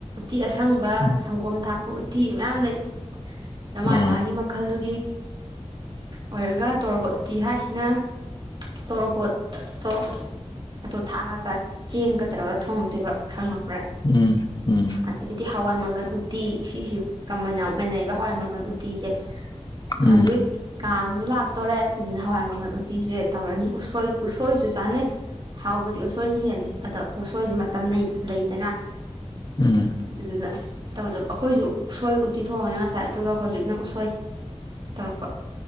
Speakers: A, on the right; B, on the left.
A: ꯎꯇꯤ ꯑꯁꯪꯕ
B: ꯎꯝ
A: ꯁꯪꯒꯣꯝ ꯊꯥꯛꯄ ꯎꯇꯤ ꯃꯌꯥꯝ ꯂꯩ ꯅꯃꯥꯏ
B: ꯑꯥ
A: ꯃꯥꯒꯤ ꯃꯈꯜꯗꯨꯒꯤ ꯑꯣꯏꯔꯒ ꯇꯣꯔꯣꯕꯣ ꯎꯇꯤ ꯍꯥꯏꯁꯤꯅ ꯇꯣꯔꯣꯕꯣꯠꯇꯣ ꯑꯗꯨꯗ ꯊꯥꯛꯑꯒ ꯆꯦꯡꯒꯗ꯭ꯔꯒ ꯊꯣꯡꯉꯗꯣꯏꯕ ꯈꯪꯉꯕ꯭ꯔꯥ
B: ꯎꯝ ꯎꯝ
A: ꯑꯗꯒꯤꯗꯤ ꯍꯋꯥꯏ ꯃꯪꯒꯜ ꯎꯇꯤ ꯁꯤꯁꯤꯦ ꯀꯃꯟ ꯌꯥꯝ ꯑꯣꯏꯅꯩꯕ ꯍꯋꯥꯏ ꯃꯪꯒꯜ ꯎꯇꯤꯁꯦ ꯍꯧꯖꯤꯛ
B: ꯎꯝ
A: ꯀꯥꯡꯁꯨ ꯂꯥꯛꯇꯣꯔꯦ ꯑꯗꯨꯅ ꯍꯋꯥꯏ ꯃꯪꯒꯜ ꯎꯇꯤꯁꯦ ꯇꯧꯔꯅꯤ ꯎꯁ ꯎꯁꯣꯏꯁꯨ ꯆꯥꯅꯩ ꯍꯥꯎꯕꯗꯤ ꯎꯁꯣꯏꯅ ꯍꯦꯜꯂꯦ ꯑꯗ ꯎꯁꯣꯏꯁ ꯃꯇꯝ ꯂꯩꯗꯅ
B: ꯎꯝ
A: ꯑꯗꯨꯗꯨꯅ ꯇꯧꯗꯕ ꯑꯩꯈꯣꯏꯁꯨ ꯎꯁꯣꯏ ꯎꯠꯇꯤ ꯊꯣꯡꯉꯦ ꯉꯁꯥꯏ ꯑꯗꯨꯒ ꯍꯧꯖꯤꯛꯅ ꯎꯁꯣꯏ ꯇꯧꯔꯛꯄ